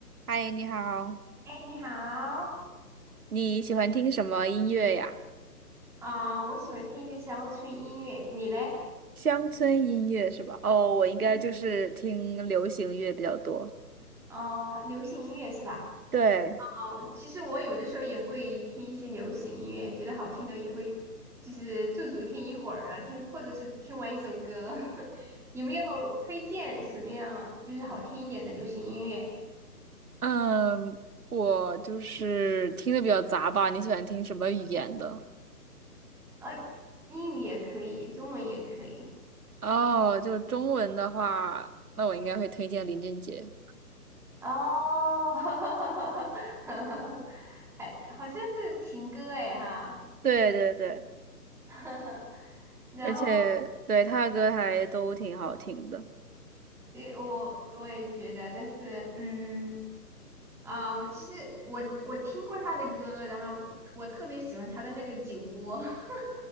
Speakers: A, on the right; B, in the centre.
A: 嗨，你好，
B: 哎，你好，
A: 你喜欢听什么音乐呀？
B: 啊、我喜欢听一些乡村音乐，你嘞？
A: 乡村音乐是吧？哦，我应该就是听流行乐比较多。
B: 嗯，哦、流行音乐是吧？
A: 对，
B: 哦、其实我有的时候也会听一些流行音乐，觉得好听的也会，就是驻足听一会儿啊，听或者是听完一首歌，<laughs> 有没有推荐什么样就是好听一点的流行音乐？
A: 嗯，我就是听的比较杂吧。你喜欢听什么语言的？
B: 啊、英语也可以，中文也可以。
A: 哦，就中文的话，那我应该会推荐林俊杰。
B: 哦，<laughs> 还好像是情歌哎哈。
A: 对对对，
B: <laughs> 然后
A: 而且对他的歌还都挺好听的。
B: 对我我也觉得，但是嗯啊、我其实我我听过他的歌，然后我特别喜欢他的那个酒窝 <laughs>